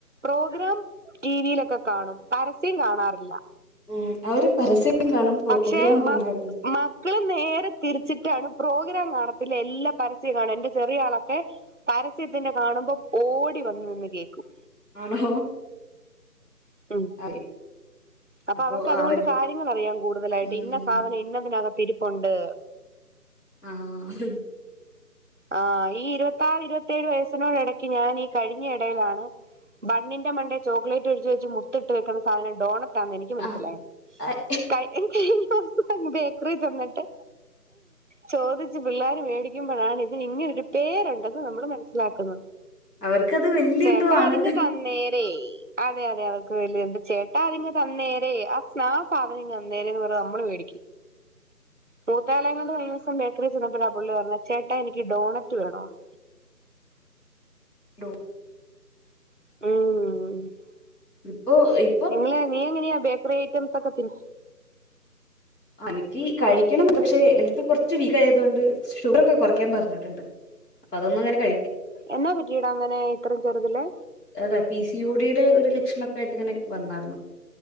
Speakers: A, on the right; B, on the left.
A: പ്രോഗ്രാം ടി വിയിലൊക്കെ കാണും പരസ്യം കാണാറില്ല
B: ഉം അവര് പരസ്യം കാണും പ്രോഗ്രാം
A: പക്ഷെ മ
B: കാണാറില്ല
A: മ മക്കള് നേരെ തിരിച്ചിട്ടാണ് പ്രോഗ്രാം കാണത്തില്ല എല്ലാ പരസ്യോം കാണും എന്റെ ചെറിയ ആളൊക്കെ പരസ്യത്തിന്റെ കാണുമ്പം ഓടി വന്ന് നിന്ന് കേക്കും
B: ആണോ
A: ഉം
B: <inaudible>
A: അപ്പൊ അവർക്ക് അതുകൊണ്ട്
B: അവ
A: കാര്യങ്ങൾ അറിയാം കൂടുതലായിട്ട്
B: ഉം
A: ഇന്ന സാധനം ഇന്നതിനകത്ത് തിരുപ്പുണ്ട്.
B: ആഹ
A: ആ ഈ ഇരുപത്തിാറ് ഇരുപത്തിേഴ് വയസ്സിനോട് ഇടയ്ക്ക് ഞാനീഈ കഴിഞ്ഞ ഇടയിലാണ് ബണ്ണിന്റെ മണ്ട ചോക്ലേറ്റ് ഒഴി വെച്ച് മുത്തിട്ട് വെക്കുന്ന സാധനം ഡോണ എനിക്ക് മനസ്സിലായത്
B: ആ ആഹ്
A: ക ബേക്കറി ചന്നിട്ട് ചോദിച്ച് പിള്ളേർ മേടിക്കുമ്പോഴാണ് ഇ ഇതി ഇങ്ങനെൊരു പേരുണ്ട് നമ്മൾ മനസ്സിലാക്കുന്നത്
B: അവർക്കത് വല്യ
A: ചേട്ടാ
B: എന്തോ ആണ്
A: അതി തന്നേര അതെ അതെ അവർക്ക് വലിയ എന്താ ചേട്ടാ അതിങ്ങ തന്നേരെ ആ സ്നാ സാധനം ഇ അന്നേരന്ന് പറ നമ്മള് മേടിക്കും. മൂത്താളകൊണ്ട് കഴിഞ്ഞ ദിവസം ബേക്കറി ചെന്നപ്പ ആ പുള്ളി പറഞ്ഞ ചേട്ടാ എനിക്ക് ഡോണറ്റ് വേണന്ന്
B: ഹലോ
A: <unintelligible>
B: ഇപ്പൊ ഇ
A: നിങ്ങള് നീ എങ്ങനെയാ ബേക്കറി ഐറ്റംസ് ഒക്കെ തിന്നു
B: എനിക്ക് കഴിക്കണംന്ന് പക്ഷെ ഹെൽത്ത് കുറച്ച് വീക്ക് ആയത് കൊണ്ട് ഷുഗർ ഒക്കെ കുറയ്ക്കാൻ പറഞ്ഞിട്ടുണ്ട്. അതൊന്ന അങ്ങെ കഴ
A: എന്നാ പറ്റീടാ അങ്ങനെ ഇത്രയും ചെറുത് ല്
B: അതെ പി സി യ ഡിയുടെ ഒരു ലക്ഷണൊക്കെ ആയിട്ട് ഇങ്ങനെ വന്നായിർന്നു.